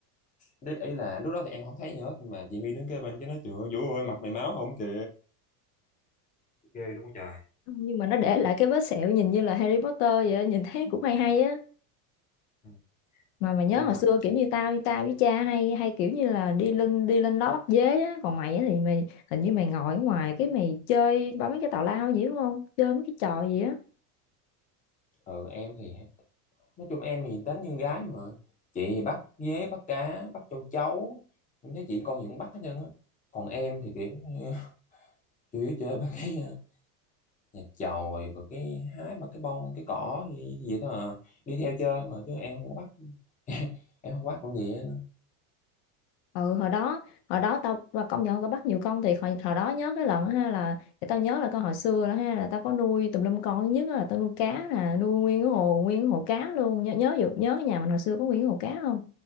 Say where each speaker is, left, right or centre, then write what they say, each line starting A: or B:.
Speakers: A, on the left (about 15°); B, on the left (about 80°).
A: Đấy, ý là lúc đó thì em không thấy gì hết nhưng mà chị My đứng kế bên cái nó chửi Vũ ơi mặt mày máu không kìa ghê luôn trời
B: Nhưng mà nó để lại cái vết sẹo nhìn như là Harry Potter vậy, nhìn thấy cũng hay hay
A: ừ.
B: mà mà nhớ
A: nhưng
B: hồi
A: mà
B: xưa kiểu như tao tao với cha hay hay kiểu như là đi lên đi lên đó bắt dế á còn mày á thì mày hình như mày ngồi ở ngoài cái mày chơi bấm mấy cái tào lao gì đúng không chơi mấy cái trò gì á
A: ừ em thì nói chung em thì tính như con gái mà chị thì bắt dế bắt cá bắt châu chấu em thấy chị con gì cũng bắt hết trơn á còn em thì kiểu <laughs> như chủ yếu chơi ba cái à, nhà chòi rồi cái hái mà cái bông cái cỏ gì, gì đó à. đi theo chơi mà chứ em không có bắt <laughs> em không bắt con gì hết nữa.
B: ừ hồi đó hồi đó tao và công nhận tao bắt nhiều con thiệt hồi, hồi đó nhớ cái lần á ha là để tao nhớ là tao hồi xưa đó ha là tao có nuôi tùm lum con thứ nhất á là tao nuôi cá nè nuôi nguyên cái hồ nguyên cái hồ cá luôn nhớ nhớ vụ- nhớ cái nhà mình hồi xưa có nguyên cái hồ cá không